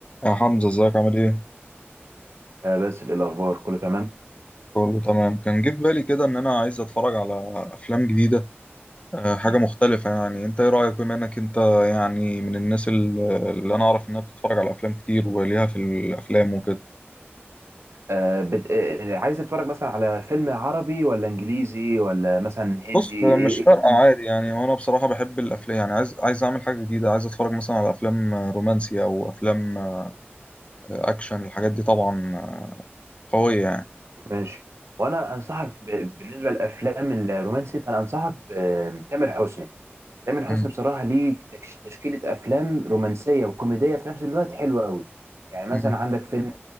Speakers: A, on the left; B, on the right.
A: يا حمزة ازيك عامل ايه؟
B: آه بس الأخبار كله تمام
A: كله تمام كان جه في بالي كده ان انا عايز اتفرج على افلام جديدة آه، حاجة
B: مم.
A: مختلفة يعني انت ايه رأيك بما انك انت يعني من الناس ال- اللي انا اعرف انها بتتفرج على افلام كتير وليها في الافلام وكده
B: آه بت... آه عايز تتفرج مثلا على فيلم عربي ولا إنجليزي ولا مثلا هندي
A: بص
B: إيه
A: آه، مش فارقة
B: إيه ال-
A: عادي يعني وانا بصراحة بحب الافلام يعني عايز عايز اعمل حاجة جديدة عايز اتفرج مثلا على افلام آه، رومانسية او افلام آه، اكشن الحاجات دي طبعا آه، قوية يعني
B: ماشي وأنا أنصحك ب... بالنسبة للأفلام الرومانسي فأنا أنصحك بتامر حسني تامر حسني
A: مم.
B: بصراحه ليه تكش- تشكيله افلام رومانسيه وكوميديه في نفس الوقت حلوه قوي يعني مثلا
A: مم.
B: عندك فيلم